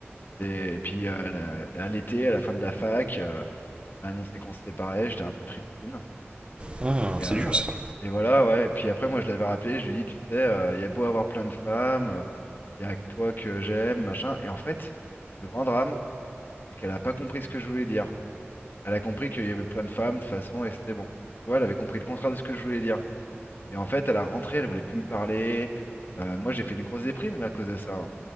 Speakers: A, on the left (about 50°); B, on the right (about 25°).
A: Et, et puis, euh, la- à l'été, à la fin de la fac, euh, elle m'a annoncé qu'on se séparait, j'étais un peu tristoun.
B: Hmm,
A: Et,
B: c'est
A: euh,
B: dur ça.
A: et voilà, ouais. Et puis après, moi, je l'avais rappelé, je lui ai dit, tu sais, euh, il y a beau avoir plein de femmes, il y a que toi que j'aime, machin. Et en fait, le grand drame, c'est qu'elle a pas compris ce que je voulais dire. Elle a compris qu'il y avait plein de femmes, de toute façon, et c'était bon. Tu vois, elle avait compris le contraire de ce que je voulais dire. Et en fait, à la rentrée, elle voulait plus me parler. Euh, moi, j'ai fait une grosse déprime à cause de ça. hein,